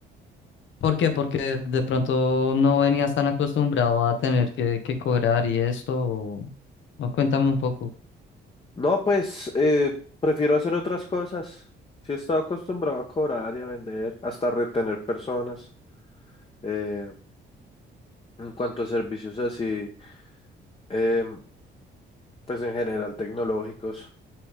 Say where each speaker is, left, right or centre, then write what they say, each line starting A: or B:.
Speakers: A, on the left; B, on the left.
A: ¿por qué? Porque de pronto no venías tan acostumbrado a tener que, que cobrar y esto, o, o cuéntame un poco.
B: No, pues eh, prefiero hacer otras cosas. Sí he estado acostumbrado a cobrar y a vender, hasta retener personas. eh, en cuanto a servicios así. em, pues en general tecnológicos,